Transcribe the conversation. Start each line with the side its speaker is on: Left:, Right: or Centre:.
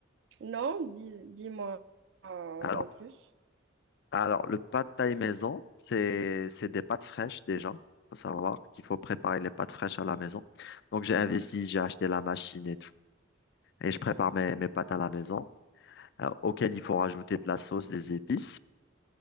Right: Non, dis, dis-moi euh,
Left: Alors,
Right: en plus.
Left: Alors, le pad thaï maison, c'est c'est des pâtes fraîches déjà. faut savoir qu'il faut préparer les pâtes fraîches à la maison. Donc, j'ai investi, j'ai acheté la machine et tout. Et je prépare mes, mes pâtes à la maison, euh, auxquelles il faut rajouter de la sauce, des épices.